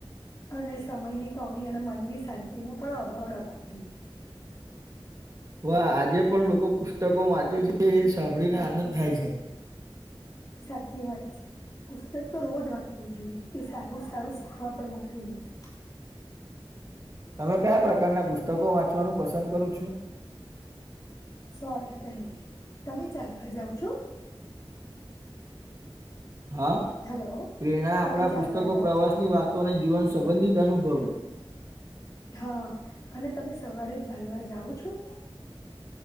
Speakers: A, on the left; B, on the right.
A: અને સમયની કમી અને મનની શાંતિનોો પણ અભાવ રાખવો જોઈએ
B: વા આજે પણ લોકો પુસ્તકો વાંચે છે એ સાંભળીને આનંદ થાય છે
A: સાચી વાત છે પુસ્તક તો રોજ વાંચવું જોઈએ કે સારું સારું શીખવા પણ મળી નથી
B: તમે કયા પ્રકારના પુસ્તકો વાંચવાનું પસંદ કરું છું
A: સો ટકાની તમે ચાલવા જાાવ છો
B: હા
A: હલો
B: પ્રેરણા આપણા
A: તમે ચાલવા
B: પુસ્તકો
A: જાઓ
B: પ્રવાસ
A: છો
B: ની વાતોને જીવન સંબંધિત અનુભવે
A: હા અને તમે સવારે ચાલવા જાાવ છો